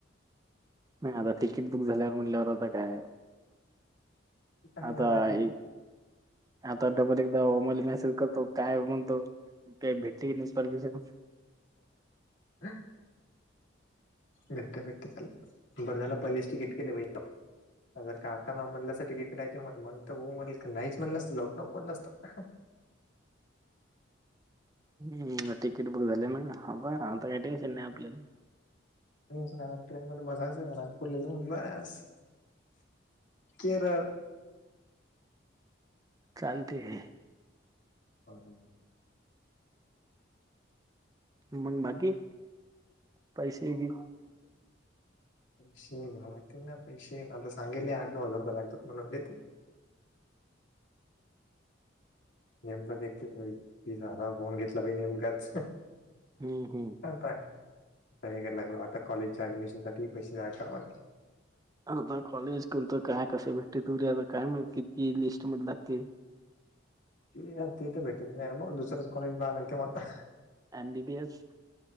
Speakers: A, on the right; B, on the left.
A: नाही आता तिकीट बुक झाल्यावर म्हणल्यावर आता काय?
B: का आहे
A: आता
B: झा
A: एक
B: टिक.
A: आता डबल एकदा होमल मेसेज करतो काय म्हणतो. का भेटी नाही प
B: हा. भेटत भेटत बर झाला पहिलेच तिकीट केले पाहिज. जर का आता ना म्हल्यासाठीिकटनयची म्ह मग हो म्हण का नाहीच म्हणलं असत लवडनप म्हणलं असत.
A: हम् तिकीट बुक झाले ना ह ब आता काही टेयशन नाही आपल्याला
B: स ट्रेन मध्ये बसायचं आहे का नागपूरला जाऊन बस. केरळ.
A: चालते आहे.
B: <unintelligible>
A: मग बाकी पैसे हग.
B: <unintelligible> पैसे लागतील ना पैसे आता सांगेले आठ नऊ हजार रुपये लागतात म्हणूनतील. नेमकं देीलईल. ति सारा फोन घेतला पा नेमकाच
A: हम्म हम्म
B: आता हेयला लागल आता कॉलेज च्या ऍडमिशनसाठी पैसे नाही.
A: आता कॉलेज कोणतं काय कसं भेटते तुे आता काय माहि कितीी लिस्ट मध्ये लागते.
B: ते ते तर भेटत नाहीर मग दुसरच कॉलेज लागते म आता
A: एम बी बी एस.